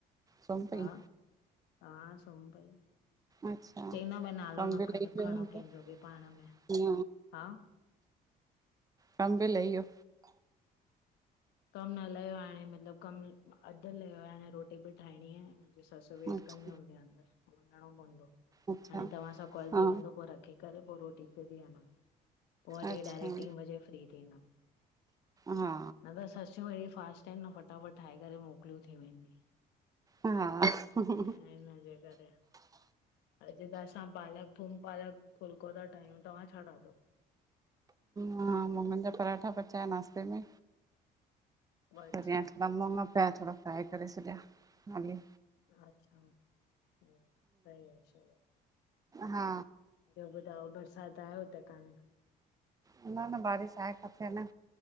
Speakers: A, on the right; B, on the left.
A: सुम्ही पई?
B: हा हा सुंम्ह पई
A: अच्छा
B: चईं न भई नालो
A: कम
B: न
A: बि
B: ख
A: लही वियो
B: खणो
A: हूंदो?
B: कंहिंजो बि पाण में
A: न
B: हा। <inaudible>
A: कमु बि लहियो?
B: कमु न लयो आ हाणे मतलबु कम अधु लयो आ, हाणे रोटी बि ठाहिणी आहे। मुंजी ससु वेट
A: अच्छा
B: कंदी हूंदी अंदर वञिणो पवंदो।
A: अच्छा
B: हाणे तव्हां सां कॉल
A: हा
B: थी वेंदो पो रख रखे करे पो रोटी ते बीहंदमि, पो वरी
A: अच्छा
B: डायरेक्ट टीं बजे फ्री थींदमि।
A: हा।
B: न त ससियूं अहिड़ी फास्ट आहिनि न फटाफट ठाहे करे मोकिलियूं थी वेंदी।
A: हा
B: ऐं हिन जे करे। अॼु त असां पालक थूम पालक फुलको ता ठाहियूं, तव्हां छा ठातो?
A: मां मुङनि जा परांठा पचाया नाश्ते में,
B: अच्छा
A: परियां मुंॾ मुङ पया थोड़ा फ्राए करे छॾिया हाली।
B: अच्छा! सही आ, सही आ।
A: हा।
B: ॿियो ॿुधायो, बरसाति आहे हुते कान्हे?
A: न -न, बारिश आहे काथे अञा,